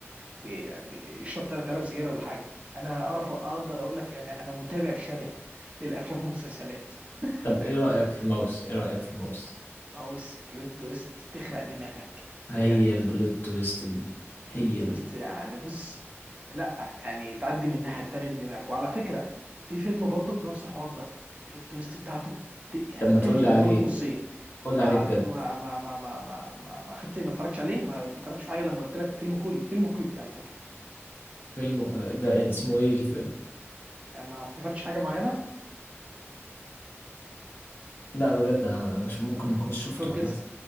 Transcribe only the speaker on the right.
بي- بيشرب تلات علب سجاير ولا حاجه انا اعرف اقدر اقول لك يعني انا متابع شره للافلام والمسلسلات
فاهمني
ماوس بلوت تويست تخرق دماغك بجد
بلوت تويست
يعني بص لا يعني تعدي من الناحية التانية من دماغك وعلى فكرة في فيلم برضو نفس الحوار ده بلوت تويست بتاعته ت... يعني
تفلق
دماغك نصين
ما
تت- ما ما ما ما ما ما, ما خدت ما اتفرجتش عليه ما فكرتش في حاجة لما قلت لك فيلم كوري فيلم كوري على فكرة
يعني ما افتكرتش حاجة معينة
فورجيت